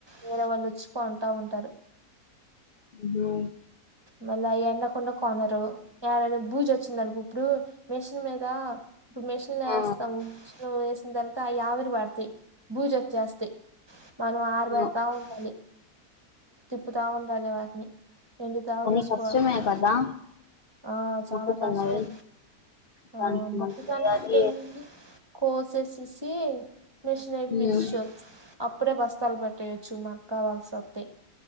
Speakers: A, on the right (about 20°); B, on the left (about 65°).
A: వేరే వాళ్ళు ఓచ్చి కొంటా ఉంటారు
B: అ
A: మళ్ళ ఆ ఎండకున్న కొనరు ఎడైన బూజ్ వచ్చిందనుకో ఇప్పుడు మెషిన్ మీద మెషిన్ లో
B: ఆ
A: యాస్తము ఎసిన్ తర్వాత యావిరి పడతాయి బుజ్ ఓచ్చేస్తే మనం ఆరబెడతా
B: అవును
A: ఉండాలి తిప్పుతా ఉండాలి వాట్ని ఎండుథా
B: కానీ
A: చూసుకోవాలి
B: కష్టమే కదా
A: ఆ చాల
B: మొక్కజొన్నవి
A: కష్టం ఆ
B: దానికి
A: మొక్క
B: మందులు
A: జొన్న
B: వేయాలి
A: అంటే ఏంటి కోసేసేసి మిచిన్ <unintelligible>
B: ఉమ్
A: అప్పుడే బస్తాలు పెట్టేయొచ్చు మనకు కావాల్సి వస్తే